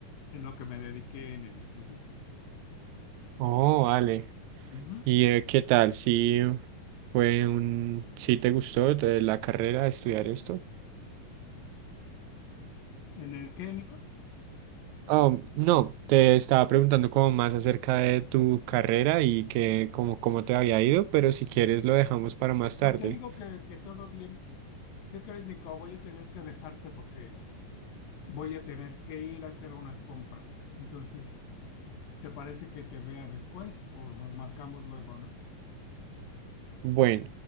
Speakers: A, on the left; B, on the right.
A: en lo que me dediqué en el estudio.
B: Oh, vale.
A: sí. Ujú.
B: ¿Y eh, qué tal? Sí, fue un, sí te gustó de la carrera estudiar esto?
A: ¿En el qué, Nico?
B: Oh, no, te estaba preguntando como más acerca de tu carrera y que como cómo te había ido, pero si quieres lo dejamos para más tarde.
A: Pues te digo que, que todo bien. ¿Qué crees, Nico? Voy a tener que dejarte porque voy a tener que ir a hacer unas compras. Entonces, ¿te parece que te vea después o nos marcamos luego, no?
B: Bueno,